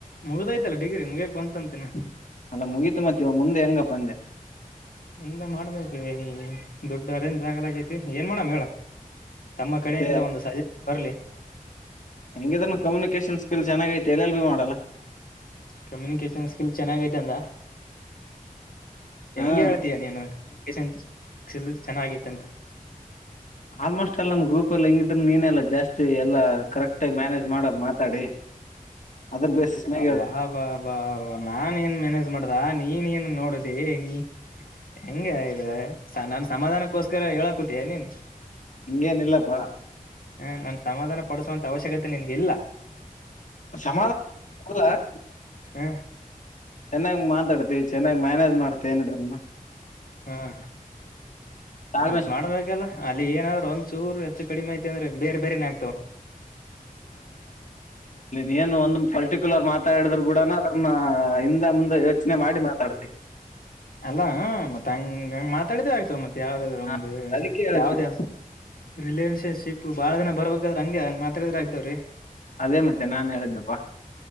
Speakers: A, on the left; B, on the left.
A: ಮುಗ್ದೈತಲ್ಲ ಡಿಗ್ರಿ ಮುಗಿಯಕ್ ಬಂತಂತಿನ
B: ಅಲ್ಲ ಮುಗೀತು ಮತ್ತವ ಮುಂದೆ ಹೆಂಗಪ್ಪ ಅಂದೆ
A: ಮುಂದೆ ಮಾಡ್ಬೇಕು ದುಡ್ಡ ಅರೇಂಜ್ ಆಗಲಗೇತಿ ಏನ್ ಮಾಡೋ ಮ ತಮ್ಮ ಕಡೆಯಿಂದ
B: ಮತ್ತೆ
A: ಒಂದು ಸಹಾಯ ಬರಲಿ
B: ಹೆಂಗಿದನು ಕಮ್ಯುನಿಕೇಶನ್ ಸ್ಕಿಲ್ ಚೆನ್ನಾಗ <unintelligible> ಎಲ್ ಭೀ ಮಾಡಲ್ಲ
A: ಕಮ್ಯುನಿಕೇಶನ್ ಸ್ಕಿಲ್ ಚೆನ್ನಾಗೈತಂದ ಹೆಂಗಗೆ
B: ಹಾ
A: ಹೇಳ್ತಯ ನೀನು ಕಮ್ಯುನಿಕೇಶನ್ ಸ್ಕಿಲ್ ಚೆನ್ನಾಗೈತೆ ಅಂತ
B: ಆಲ್ಮೋಸ್ಟ್ ಎಲ್ಲ ನಮ್ ಗ್ರೂಪ್ ಅಲ್ಲಿ ಹೆಂಗಿದ್ರ ನೀನೆ ಎಲ್ಲ ಜಾಸ್ತಿ ಎಲ್ಲ ಕರೆಕ್ಟ್ ಆಗಿ ಮ್ಯಾನೇಜ್ ಮಾಡೋದು ಮಾ ಮಾತಾಡಿ ಅದ್ರ ಬೇಸಿಸ್ ಮ್ಯಾಗ ಹೇಳ್ತಿ
A: ಬಾ ಬಾ ಬಾ ನಾನ್ ಏನ್ ಮ್ಯಾನೇಜ್ ಮಾಡ್ದ ನೀನ್ ಏನ್ ನೋಡ ರ ನೀ <unintelligible> ಹೆಂಗೆ ಇದು ನಾನ್ ಸಮಾಧಾನಕ್ಕೋಸ್ಕರ ಹೇಳಕೂತಯ ನೀನ್
B: ಹಂಗೇನಿಲ್ಲಪ್ಪಾ
A: ಹಾ ನಾನ್ ಸಮಾಧಾನ ಪಡಿಸುವಂತ ಅವಶ್ಯಕತೆ ನಿನ್ಗೆ ಇಲ್ಲ
B: ಸಮಾಧಾನಲ್ಲ
A: ಹ್ಮ
B: ಚೆನ್ನಾಗ್ ಮಾತಾಡ್ತಿ ಚೆನ್ನಾಗ್ ಮ್ಯಾನೇಜ್ ಮಾಡ್ತಿ ಏನಿದನು
A: ಹ್ಮ
B: ತಾಳ್ಮೆ
A: ಮತ್ ಮಾಡ್ಬೇಕಲ್ಲ ಅಲ್ಲಿಗೆ ಏನಾದರೂ ಒಂದು ಚೂರ್ ಹೆಚ್ಚು ಕಡಿಮಯಐತಿ ಅಂದ್ರೆ ಬೇರೆ ಬೇರೆನೆ ಆಗ್ತವೆ
B: ನೀನು ಒಂದ ಪರ್ಟಿಕ್ಯುಲರ್ ಮಾತಾಡಿದ್ರು ಕೂಡನ ಅದನ್ನ ಹಿಂದ ಮುಂದೆ ಯೋಚನೆ ಮಾಡಿ ಮಾತಾಡ್ತಿ
A: ಅಲ್ಲ ಮತ್ತತ್ ಹಂಗ ಹಂಗ ಮಾತಾಡಿದೆ ಆಗ್ತವೆ ಮತ್ತತ್ ಯಾವ್ದಾದ
B: ಹ ಅದಕ್ಕೆ
A: ಗೆ
B: ಹೇಳಿದ್ದು
A: ಯಾವ್ದ ಯಾವ <unintelligible> ರಿಲೇಷನ್ಶಿಪ್ ಬಾಳ ದಿನ ಬರ್ಬೇಕಾದ್ರ ಹಂಗೆ ಹಂಗ ಮಾತ್ರ್ರೆ ಆಗ್ತವ್ರೀ
B: ಅದೇ ಮತ್ತೆ ನಾನ್ ಹೇಳಿದ್ದಪ್ಪಾ